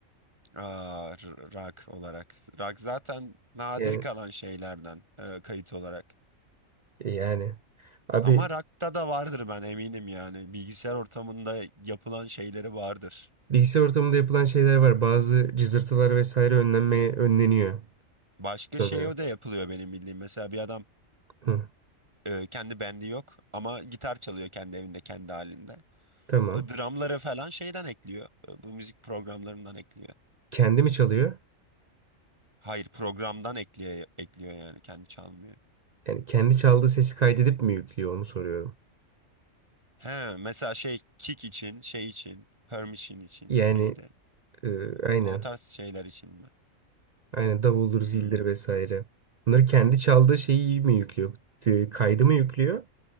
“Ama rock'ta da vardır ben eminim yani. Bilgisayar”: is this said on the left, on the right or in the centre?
Right